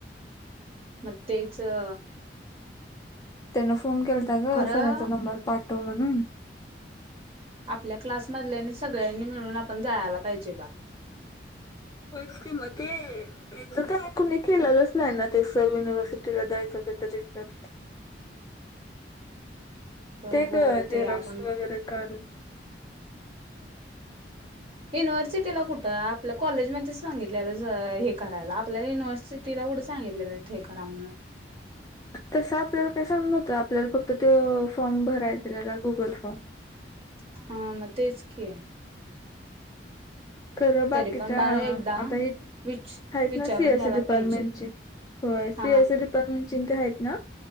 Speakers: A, on the right; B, on the left.
A: म तेच अ
B: त्यांन फोन केला ता ग.
A: खरं
B: सरांचा नंबर पाठव म्हणुन.
A: आपल्या क्लासमधल्यानि, सगळ्यांनी मिळून. आपण जायाला पाहिजे, बा.
B: <unintelligible> त्याचं काय, कुणी केलेलंच नाही ना, ते सब युनिव्हर्सिटीला द्यायचं त्याच रिझल्ट.
A: गं,
B: ते
A: होय.
B: ग
A: ते आपण
B: <unintelligible> काढून.
A: युनिव्हर्सिटीला कुठं? आपल्या कॉलेजमध्ये सांगितलेलं ज हे करायला. आपल्याला युनिव्हर्सिटी टीला कुठं? सांगितलेला थे करा म्हणून.
B: तसं, आपल्याला काय सांग नव्हतं. आपल्याला फक्त ते, फॉर्म भराय दिलेला. Google form.
A: हा, ना. तेच की.
B: तरं बाकीच्या,
A: तरी पण बाळ एकदा
B: आता एक
A: विच
B: हायत
A: विचारून
B: ना, सी एस
A: घ्यायला
B: ई डिपार्टमेंटचे.
A: पाहिजे
B: होय. सी
A: हा
B: एस ई डिपारमेंटचि न हायत ना.